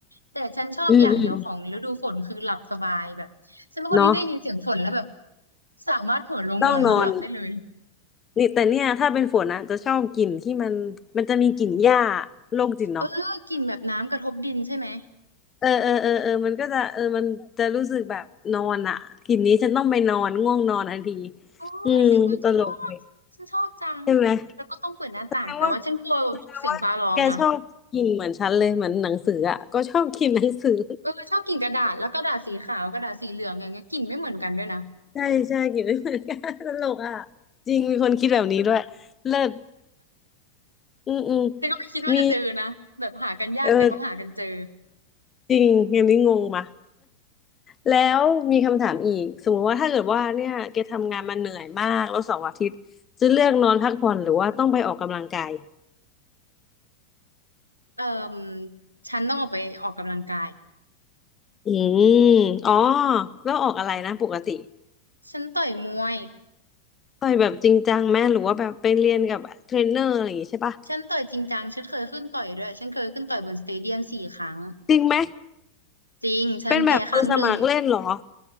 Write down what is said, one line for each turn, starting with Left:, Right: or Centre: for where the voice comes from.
Right: แต่ฉันชอบอย่างเดียวของฤดูฝนคือหลับสบายแบบฉันเป็นคนที่ได้ยินเสียงฝนแล้วแบบ
Left: อืมอืมเนาะ
Right: สามารถเหินลงหมอนแล้วหลับได้เลย
Left: ต้องนอนนี่แต่เนี่ยถ้าเป็นฝนนะจะชอบกลิ่นที่มันมันจะมีกลิ่นหญ้าโรคจิตเนาะ
Right: เออกลิ่นแบบน้ำกระทบดินใช่ไหม
Left: เออเออเออเออมันก็จะเออมันจะรู้สึกแบบนอนอ่ะกลิ่นนี้ฉันต้องไปนอนง่วงนอนทันที
Right: โอ้ยฉันก็ชอบฉันฉันชอบจัง
Left: อืมตลกเลยใช่ไหม
Right: แล้วก็ต้องเปิดหน้าต่างแต่ว่าฉันกลัวเสียงฟ้าร้องนะ
Left: แสดงว่าแสดงว่าแกชอบกลิ่นเหมือนฉันเลยเหมือนหนังสืออ่ะก็ชอบกลิ่นหนังสือ
Right: เออชอบกลิ่นกระดาษแล้วกระดาษสีขาวกระดาษสีเหลืองอย่างเงี้ยกลิ่นไม่เหมือนกันด้วยนะ
Left: ใช่ใช่กลิ่นไม่เหมือนกันตลกอ่ะจริงมีคนคิดแบบนี้ด้วยเลิศอืมอืม
Right: แต่ก็ไม่คิดว่าจะเจอนะแบบหากันยากแต่ก็หากันเจอ
Left: มีเออจริงอย่างนี้งงมา แล้วมีคำถามอีกสมมติว่าถ้าเกิดว่าเนี่ยแกทำงานมาเหนื่อยมากแล้วเสาร์อาทิตย์จะเลือกนอนพักผ่อนหรือว่าต้องไปออกกำลังกาย
Right: เอ่อฉันต้องออกไปออกกำลังกาย
Left: อืมอ๋อแล้วออกอะไรนะปกติ
Right: ฉันต่อยมวย
Left: ต่อยแบบจริงจังไหมหรือว่าแบบไปเรียนกับเทรนเนอร์อะไรอย่างงี้ใช่ปะ
Right: ฉันต่อยจริงจังฉันเคยขึ้นต่อยด้วย ฉันเคยขึ้นต่อยบนสเตเดียมสี่ครั้ง
Left: จริงไหม
Right: จริง ฉันแพ้ครั้งหนึ่ง
Left: เป็นแบบมือสมัครเล่นเหรอ